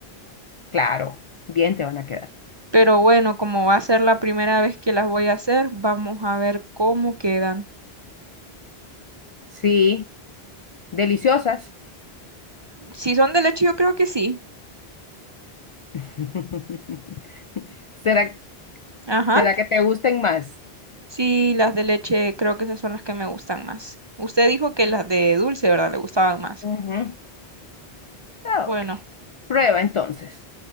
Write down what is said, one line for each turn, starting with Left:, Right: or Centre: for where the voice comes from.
Left: Claro, bien te van a quedar.
Right: pero bueno, como va a ser la primera vez que las voy a hacer, vamos a ver cómo quedan.
Left: Sí, deliciosas.
Right: Si son de leche, yo creo que sí.
Left: <laughs> ¿Será,
Right: Ajá,
Left: será que te gusten más?
Right: sí, las de leche creo que esas son las que me gustan más. Usted dijo que las de dulce, ¿verdad? Le gustaban más.
Left: Ujú. Ah,
Right: Bueno.
Left: Ok, prueba entonces.